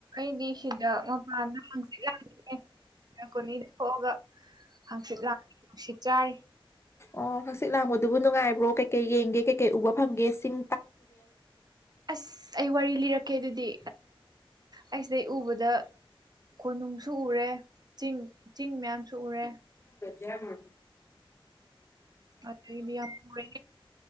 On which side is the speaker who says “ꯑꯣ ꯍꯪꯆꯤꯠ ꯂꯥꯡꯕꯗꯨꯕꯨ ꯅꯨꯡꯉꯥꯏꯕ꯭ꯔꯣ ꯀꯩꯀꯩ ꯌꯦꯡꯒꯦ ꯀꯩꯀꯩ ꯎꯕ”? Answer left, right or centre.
Left